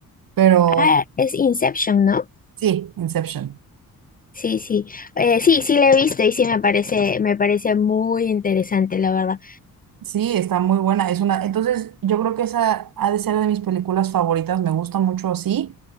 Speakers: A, on the right; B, on the left.
A: pero
B: Ah, es Inception, ¿no?
A: sí, Inception.
B: Sí, sí, Eh, sí, sí la he visto y sí me parece, me parece muy interesante, la verdad.
A: Sí, está muy buena, es una, entonces yo creo que esa ha de ser de mis películas favoritas, me gusta mucho así.